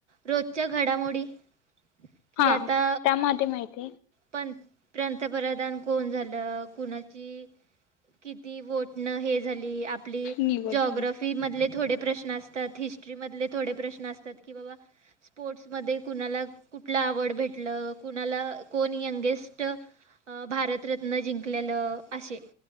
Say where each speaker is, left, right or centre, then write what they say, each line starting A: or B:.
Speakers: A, on the right (about 85°); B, on the left (about 55°).
A: रोजच्या घडामोडी की
B: हा
A: आता
B: त्यामध्ये माहिती आहे.
A: पण पंतप्रधान कोण झालं कुणाची किती वोटणं हे झाल ली आपली
B: निवड
A: जॉग्राॅफी
B: झाली
A: मधले थोडे प्रश्न असतात, हिस्टरी मधले थोडे प्रश्न असतात, कि बाबा स्पोर्ट्स मधे कुणाला कु कुटलं आवड भेटलं कुणाला कोण यंगेस्ट भारतरत्न जिंकलेलं अशे